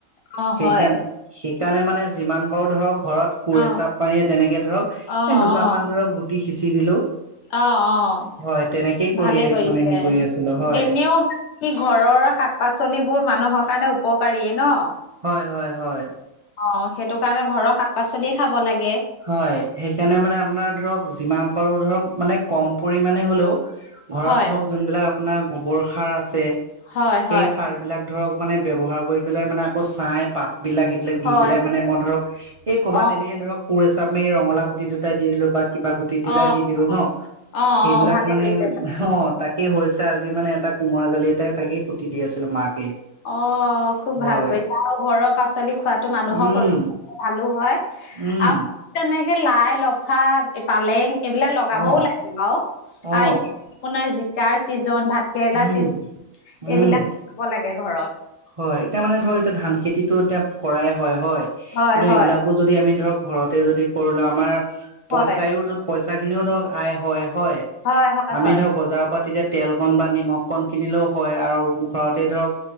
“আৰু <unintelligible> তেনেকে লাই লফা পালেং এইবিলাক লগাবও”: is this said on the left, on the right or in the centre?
Left